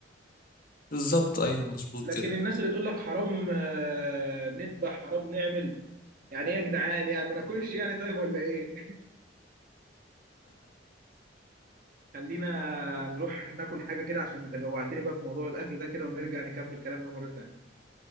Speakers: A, on the left; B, on the right.
A: بالظبط ايوه مظبوط
B: لكن
A: كده
B: الناس اللي تقول لك حرام آه، نذبح حرام نعمل يعني ايه يا جدعان يعني ما ناكلش يعني طيب ولا ايه <laughs> خلينا نروح ناكل حاجه كده عشان انت جوعتني بقى في موضوع الاكل ده كده ونرجع نكمل كلامنا مره تانية